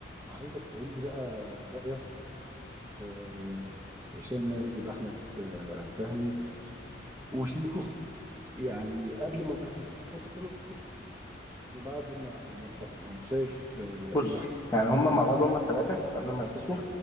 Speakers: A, on the right; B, on the left.
A: عايزك تقول لي بقى رأيك في في هشام ماجد واحمد آه، فهمي وشيكو يعني قبل ما ينفصلوا وبعد ما ما انفصلوا انت شايف آه،
B: بص
A: ايه اللي احسن
B: يعني هما مع بعض هما الثلاثة قبل ما ينفصلوا